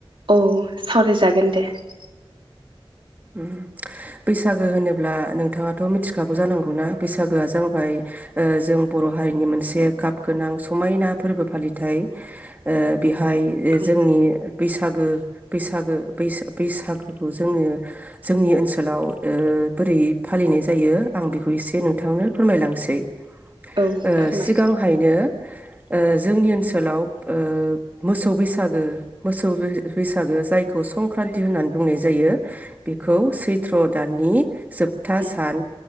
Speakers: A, on the right; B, on the right.
A: औ सावरायजागोन दे ।
B: ओम बैसागो होनोब्ला नोंथाङाथ' मिथिखागौ जानांगौना बैसागोआ जाबाय ओ जों बर' हारिनि मोनसे गाब गोनां समायना फोरबो फालिनाय ओ बे हाय ओ
A: ओं
B: जोंनि बैसागो बैसागो बैसा बैसा बैसागोखौ जोङो जोंनि ओनसोलाव ओ बोरै फालिनाय जायो आं बेखौ एसे नोंथांनो फोरमायलांसै ।।
A: औ
B: ओ
A: फोरमाय
B: सिगांहायनो ओ जोंनि ओनसोलाव ओ मोसौ बैसागो मोसौ बैसागो जायखौ संक्रान्ति होननानै बुंनाय जायो । बेखौ सैथ्र' दाननि जोबथा
A: औ
B: सान